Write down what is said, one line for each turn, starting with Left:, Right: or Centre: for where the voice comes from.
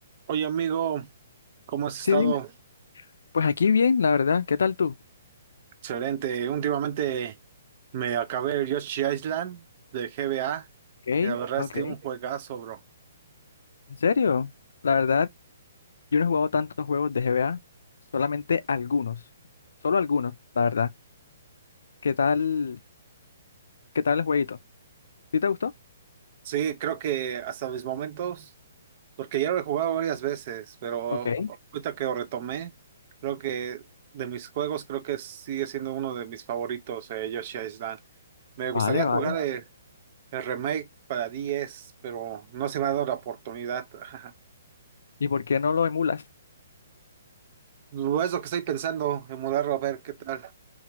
Right: Oye, amigo, ¿cómo has estado?
Left: Sí, dime. Pues aquí bien, la verdad. ¿Qué tal tú?
Right: Excelente. Últimamente me acabé el Yoshi Island de GBA
Left: Ok,
Right: y la verdad
Left: ok.
Right: es que un juegazo, bro.
Left: ¿En serio? La verdad, yo no he jugado tantos juegos de GBA, solamente algunos. Solo algunos, la verdad. ¿Qué tal, qué tal el jueguito? ¿Sí te gustó?
Right: Sí, creo que hasta mis momentos, porque ya lo he jugado varias veces, pero
Left: Ok,
Right: ahorita que lo retomé, creo que de mis juegos, creo que sigue siendo uno de mis favoritos, eh, Yoshi Island. Me gustaría
Left: vale,
Right: jugar
Left: vale.
Right: el, el remake para 10, pero no se me ha dado la oportunidad. <laughs>
Left: ¿Y por qué no lo emulas? <laughs>
Right: Lo es lo que estoy pensando, en mudarlo a ver qué tal.